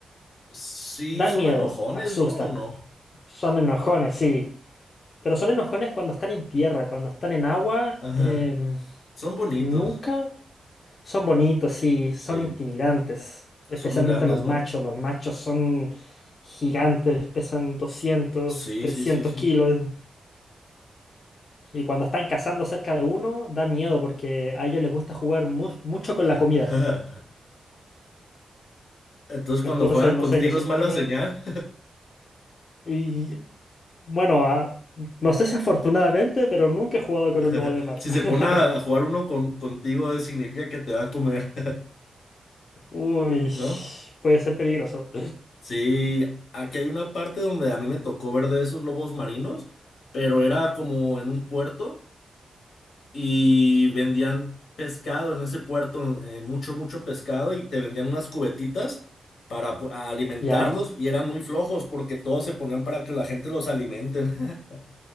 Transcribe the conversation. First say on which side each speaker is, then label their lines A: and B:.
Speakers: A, on the left; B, on the left.
A: Sí,
B: Dan
A: son
B: miedo,
A: enojones,
B: asustan.
A: ¿no? ¿O no?
B: Son enojones, sí. Pero son enojones cuando están en tierra, cuando están en agua.
A: Ajá.
B: em,
A: Son bonitos.
B: nunca son bonitos, sí, son
A: Sí.
B: intimidantes. Especialmente
A: Son muy grandes,
B: los machos.
A: ¿no?
B: Los machos son gigantes, pesan doscientos,
A: Sí,
B: trescientos
A: sí, sí, sí.
B: kilos. Y cuando están cazando cerca de uno, da miedo porque a ellos les gusta jugar mu- mucho con
A: <laughs>
B: la comida.
A: Entonces, cuando
B: Entonces,
A: juegan
B: no
A: contigo
B: sé, yo siempre
A: es mala
B: tengo...
A: señal.
B: Y bueno, a- no sé si afortunadamente, pero nunca he jugado con
A: <laughs>
B: un lobo de mar.
A: Si
B: <laughs>
A: se pone a jugar uno con, contigo, eh, significa que te va a comer,
B: Uy,
A: <laughs> ¿no?
B: puede ser peligroso.
A: Sí, aquí hay una parte donde a mí me tocó ver de esos lobos marinos, pero era como en un puerto y vendían pescado en ese puerto, eh, mucho, mucho pescado y te vendían unas cubetitas para pu- a alimentarlos
B: ¿Ya?
A: y eran muy flojos porque todos se ponían para que la gente los alimenten. <laughs>